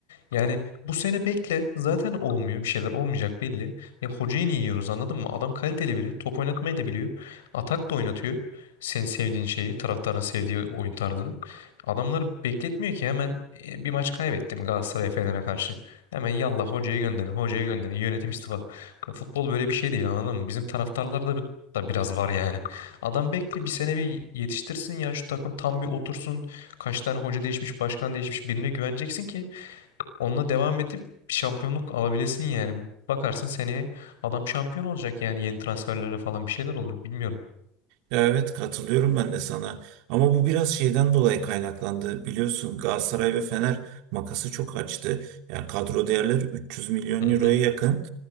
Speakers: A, on the left (about 90°); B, on the right (about 65°).
A: Yani bu sene bekle. Zaten olmuyor. Bir şeyler olmayacak belli. Ya hocayı niye yiyoruz anladın mı? Adam kaliteli biri. Top oynatmayı da biliyor. Atak da oynatıyor. Senin sevdiğin şeyi, taraftarın sevdiği oyun tarzını. Adamları bekletmiyor ki hemen e, bir maç kaybetti mi Galatasaray Fener'e karşı. Hemen yallah hocayı gönderin, hocayı gönderin. Yönetim istifa. Ya futbol böyle bir şey değil anladın mı? Bizim taraftarlarda da da biraz var yani. Adam bekle bir sene bir yetiştirsin ya şu takım tam bir otursun. Kaç tane hoca değişmiş, başkan değişmiş birine güveneceksin ki Onunla devam edip bir şampiyonluk alabilesin yani. Bakarsın seneye adam şampiyon olacak yani yeni transferlerle falan bir şeyler olur bilmiyorum.
B: Ya evet katılıyorum ben de sana. Ama bu biraz şeyden dolayı kaynaklandı. Biliyorsun Galatasaray ve Fener makası çok açtı. Yani kadro değerleri 300 milyon
A: Hı
B: euroya
A: hı.
B: yakın.